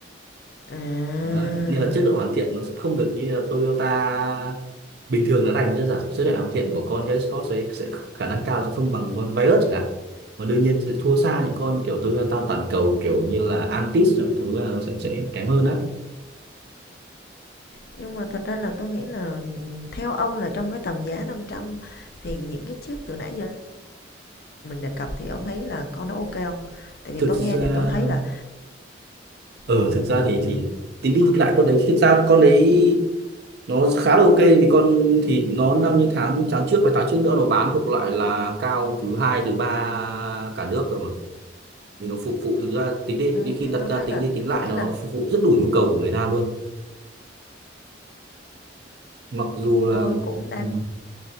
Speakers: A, on the left; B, on the right.
A: À.
B: Đấy, nên là chất lượng hoàn thiện nó sẽ không được như là Toyota bình thường nó đánh ra giả sử là hoàn thiện của con Jaycott ấy sẽ khả năng cao sẽ không bằng con Virus chẳng hạn và đương nhiên sẽ thua xa những con kiểu Toyota toàn cầu kiểu như là antis những thứ là nó sẽ sẽ kém hơn á
A: Nhưng mà thật ra là tôi nghĩ là theo ông là trong cái tầm giá 500 thì những cái chiếc từ nãy giờ mình đề cập thì ông thấy là con đó ok không? Tại vì
B: thực
A: tôi
B: ra
A: nghe thì tôi thấy là,
B: ờ
A: ừm,
B: ừ, thực ra thì thì tính đi thực lại con đấy thực ra con đấy nó khá là ok vì con thì nó năm như tháng tháng trước và tháng trước nữa nó bán thuộc loại là cao thứ hai thứ ba cả nước rồi mà thì nó phục vụ thực ra tính đi
A: ừm,
B: đi khi
A: thì
B: đặt
A: tôi thấy
B: ra tính
A: là
B: đi tính lại
A: có nghĩa
B: nó
A: là
B: nó phục vụ rất đủ nhu cầu của người ta luôn mặc dù là
A: tôi cũng đang
B: ừ